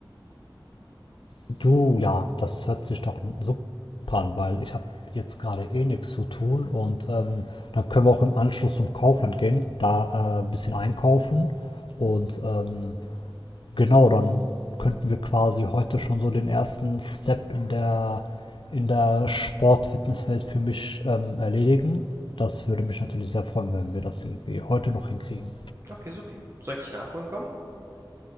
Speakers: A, on the left; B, on the right.
A: Du, ja, das hört sich doch super an, weil ich habe jetzt gerade eh nichts zu tun und ähm, dann können wir auch im Anschluss zum Kaufland gehen, da äh, ein bisschen einkaufen und ähm, genau, dann könnten wir quasi heute schon so den ersten Step in der in der Sport-Fitness-Welt für mich ähm, erledigen. Das würde mich natürlich sehr freuen, wenn wir das irgendwie heute noch hinkriegen.
B: Okay, supi. Soll ich dich dann abholen kommen?